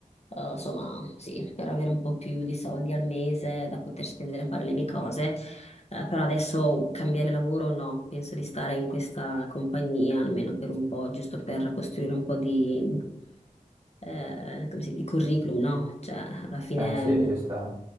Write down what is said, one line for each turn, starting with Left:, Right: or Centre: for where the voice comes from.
Left: eh, insomma, sì, per avere un po' più di soldi al mese da poter spendere a fare le mie cose. Eh, però adesso cambiare lavoro no, penso di stare in questa compagnia almeno per un po', giusto per costruire un po' di, eh, come si- di curriculum, no? Cioè, alla fine,
Right: Eh sì,
Left: mh,
Right: ci sta.